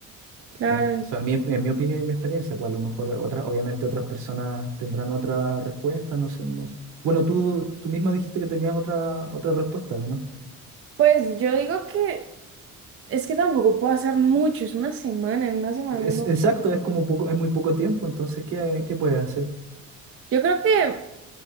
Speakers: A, on the right (about 45°); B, on the right (about 75°).
A: Claro,
B: En-
A: en-
B: O sea, en mi, en mi opinión y mi experiencia, pues a lo mejor otras, obviamente otras personas tendrán otra respuesta, no sé, no sé. Bueno, tú, tú misma dijiste que tenías otra, otra respuesta, ¿o ¿no?
A: pues yo digo que es que tampoco puedo hacer mucho, es una semana, en una semana
B: Es,
A: no
B: exacto, es como poco, es muy poco tiempo, entonces, ¿qué, qué puedes hacer?
A: Yo creo que